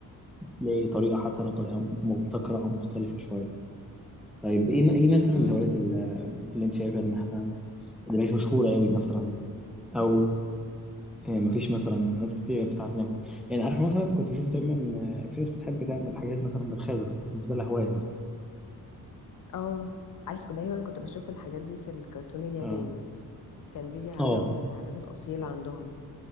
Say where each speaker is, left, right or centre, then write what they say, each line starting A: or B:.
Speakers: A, in the centre; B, on the left (about 60°).
A: بتلاقي طريقه حتى لو طريقه مبتكره او مختلفه شويه طيب ايه ايه مثلا
B: امم
A: الهوايات اللي, اللي انت شايفه ان احنا اللي مش مشهوره قوي مثلا او يعني مفيش مثلا ناس كتير بتتعلمها يعني عارف مثلا كنت بشوف دايما آه، في ناس بتحب تعمل حاجات مثلا بالخزف بالنسبه لها هوايه مثلا
B: آه عارف دايما كنت بشوف الحاجات دي في الكرتون الياباني
A: اه
B: كان دي عندهم
A: اه
B: من العادات الأصيلة عندهم